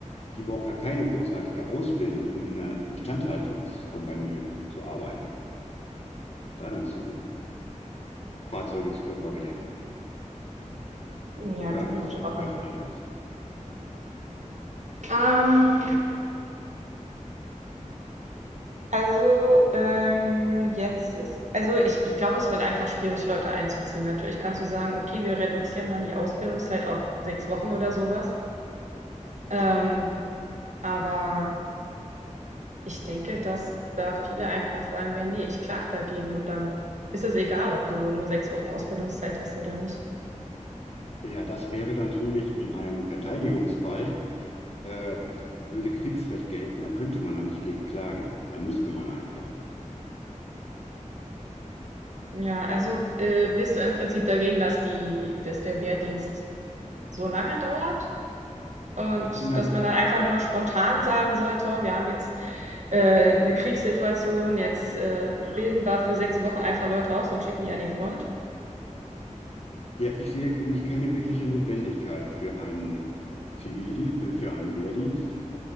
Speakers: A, on the left; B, on the right.
A: Die brauchen ja keine großartige Ausbildung, um in einer Instandhaltungskompanie zu arbeiten, da dann zu Fahrzeuge zu reparieren. Oder
B: ja, gut,
A: siehst du
B: aber.
A: das anders?
B: Ähm, Also, ähm, jetzt ist also, ich ich glaube, es wird einfach schwierig, Leute einzuziehen. Natürlich kannst du sagen: „Okay, wir reduzieren dann die Ausbildungszeit auf 6 Wochen“ oder sowas Ähm, aber ich denke, dass da viele einfach sagen werden: nee ich klage dagegen“ und dann ist es egal, ob du nur 6 Wochen Ausbildungszeit hast oder nicht.
A: Ja, das wäre dann natürlich in einem Verteidigungsfall, äh, würde Kriegsrecht gelten, da könnte man da nicht gegen klagen. Da müsste man einfach.
B: Ja, also, äh, bist du im Prinzip dagegen, dass die dass der Wehrdienst so lange dauert? Und
A: Ich bin da,
B: dass man dann einfach nur spontan sagen sollte, oh, wir haben jetzt äh, eine Kriegssituation, jetzt äh, bilden wir für sechs Wochen einfach Leute aus und schicken die an die Front.
A: ja, ich sehe nicht keine wirkliche Notwendigkeit für einen Zivildienst, äh, für einen Wehrdienst,